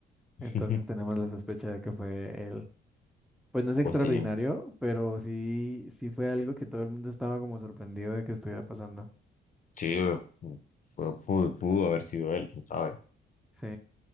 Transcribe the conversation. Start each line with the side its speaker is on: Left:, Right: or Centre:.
Left: <laughs>
Centre: Entonces tenemos la sospecha de que fue él. Pues no es extraordinario,
Left: Pues sí,
Centre: pero sí, sí fue algo que todo el mundo estaba como sorprendido de que estuviera pasando.
Left: sí, pu- pu- pudo, pudo haber sido él, quién sabe.
Centre: Sí.